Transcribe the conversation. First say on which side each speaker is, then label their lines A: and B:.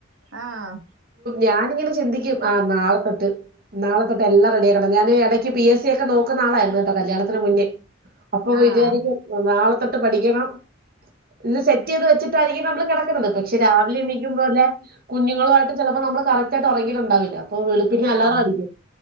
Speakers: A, on the right (about 75°); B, on the right (about 50°).
A: ആഹ്
B: ഞാനിങ്ങനെ ചിന്തിക്കും ആഹ് നാളെത്തെട്ട് നാളെ തൊട്ട് എല്ലാം റെഡിയാക്കണം ഞാൻ ഇടക്ക് പി എസ് സി ഒക്കെ നോക്കുന്ന ആളായിരുന്നു കല്യാണം അ മുന്നേ അപ്പൊ
A: ആഹ്
B: വിചാരിക്കും നാളെ തൊട്ട് പഠിക്കണം ഇത് സെറ്റ് ചെയ്ത് വെച്ചിട്ടായിരിക്കും നമ്മള് കിടക്കുന്നത് പക്ഷെ രാവിലെ എണീക്കും പോലെ കുഞ്ഞുങ്ങളുമായിട്ട് ചിലപ്പോ നമ്മള് കറക്റ്റ് ആയിട്ട് ഉറങ്ങിയിട്ടുണ്ടാവില്ല അപ്പൊ വെളുപ്പിനെ അലാറം
A: ആഹ്
B: അടിക്കും